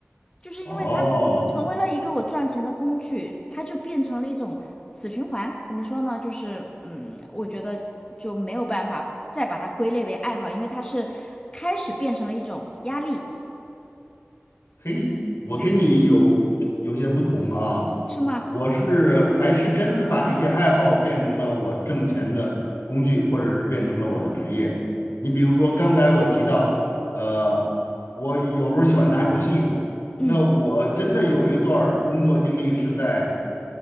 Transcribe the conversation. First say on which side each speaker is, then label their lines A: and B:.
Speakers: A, on the left (about 20°); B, on the left (about 85°).
A: 就是因为它成为了一个我赚钱的工具，
B: 哦，
A: 它就变成了一种死循环。怎么说呢？就是嗯，我觉得就没有办法再把它归类为爱好，因为它是开始变成了一种压力，
B: 嘿，我跟你有有些不同啊，
A: 对，是吗？
B: 我是还是真的把一些爱好变成了我挣钱的工具，或者是变成了我的职业。你比如说，刚才我提到，呃，我有时候喜欢打游戏，
A: 嗯，
B: 那我真的有一段儿工作经历是在